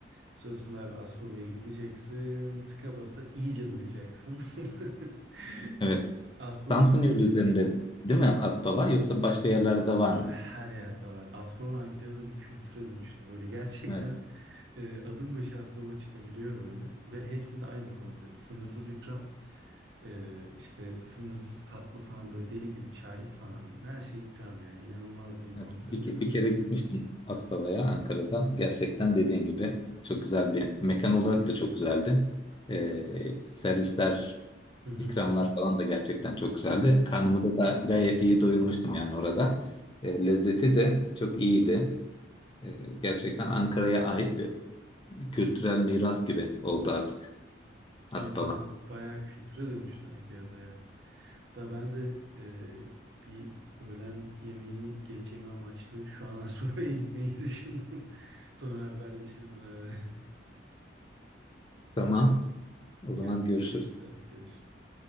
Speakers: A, on the right (about 70°); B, on the left (about 25°).
A: Sonrasında abi Aspava'ya gideceksin. Tıka basa iyice doyacaksın. <laughs>
B: Evet.
A: Aspava
B: Samsun
A: kültürü
B: yolu üzerinde
A: çok şey.
B: değil mi Aspava? Yoksa başka yerlerde var
A: Abi
B: mı?
A: her yerde var. Aspava Ankara'da bir kültüre dönüştü. Böyle gerçekten
B: Evet.
A: e, adım başı Aspava çıkabiliyor böyle. Ve hepsi de aynı konsept. Sınırsız ikram. e, işte sınırsız tatlı falan böyle deli gibi çay falan. Her şey ikram yani. İnanılmaz bir
B: Evet.
A: konsept.
B: Bir, ke-
A: <laughs>
B: bir kere gitmiştim Aspava'ya Ankara'da. Gerçekten dediğin gibi çok güzel bir mekan olarak da çok güzeldi. Ee, servisler
A: Hı hı.
B: İkramlar falan da gerçekten çok güzeldi. Karnımı da ga- gayet iyi doyurmuştum yani orada. E, lezzeti de çok iyiydi. E, gerçekten Ankara'ya ait bir kültürel miras gibi oldu artık Aspava.
A: Evet abi bayağı kültüre dönüştü Ankara'da ya. Da ben de e, bir öğlen yemeğini geç yeme amaçlı şu an Asbaba'ya gitmeyi <laughs> düşündüm. Sonra haberleşiriz abi.
B: Tamam.
A: <laughs>
B: O zaman
A: Kendine
B: görüşürüz.
A: dikkat et abi. Görüşürüz.